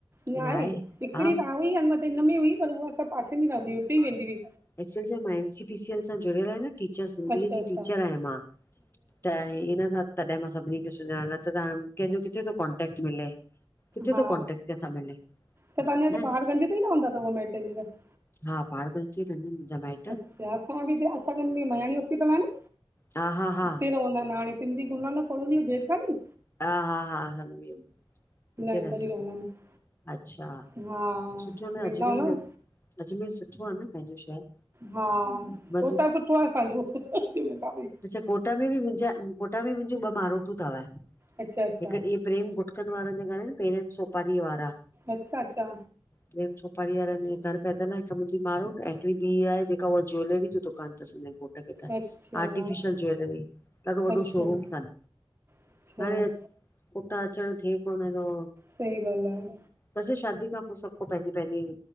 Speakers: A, on the right; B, on the left.
A: इया
B: अञा
A: आहे? हिकिड़ी
B: हा
A: त आउनीं अनहद त हिन में हुई पर उह असां पासे में रहंदी हुते ई वेंदी हुई
B: एक्चुल छा मां न सी पी सी एल सां जुड़ियलु आह ना टीचर, सिंधीअ
A: अच्छा
B: जी
A: अच्छा
B: टीचर आ मां, त इ न तॾहिं मां सभिनी खे सुञाणा त तां कंहिंजो किथे तो कॉन्टेक्ट मिले किथे
A: हा,
B: थो कॉन्टेक्ट कंहिंसां मिले
A: त तहाजें हिते
B: न
A: पहाड़गंज त ई रहंदा तव माइट्रय <unintelligible>
B: हा पहाड़गंज जे ही रहंदा आहिनि मुंहिंजा माइट्रय
A: अच्छा असां बि जे आशागंज में मयाड़ी हॉस्पिटल आ न
B: हा हा हा
A: हिते रहंवदा हाणे सिंधी गुरुनानक काॅलोनी यो गेट का ने
B: हा, हा, हा, <unintelligible> हुते
A: अंदर
B: रहदां
A: ई रहंदा
B: थव
A: आहिनि
B: अच्छा,
A: हा
B: सुठो न,
A: वेंदा
B: अजमेर,
A: हूंदा न
B: अजमेर सुठो आ न पंहिंजो शहर
A: हा,
B: मज़ो
A: कोटा सुठो आ असांजो, जिमेदारी
B: अच्छा कोटा में ॿि मुंहिंजा कोटा में बि मुंहिंजूं ॿह मारोटूं थव
A: अच्छा अच्छा,
B: हिकि ॾिह प्रेम गुटकनि वारनि जे घरु आहिन प्रेम सोपारीअ वारा
A: अच्छा अच्छा,
B: प्रेम सुपारी वारन जे घरु पैदल आहे हिक मुंजी मारोट्र ऐं हिकड़ी ॿी आहे जेका उह ज्वेलरी जो दुक् कान तस उनये घोटु ट खे त
A: अच्छा,
B: आर्टिफिशियल ज्वेलरी ॾाढो वॾो
A: अच्छा,
B: शोरूम थनि
A: अच्छा,
B: हाणें कोटा अचणु थिए कोन्ह तो
A: सही ॻाल्ह आहे
B: बसि शादी खां पो सभु को पहिंजी पहिंजी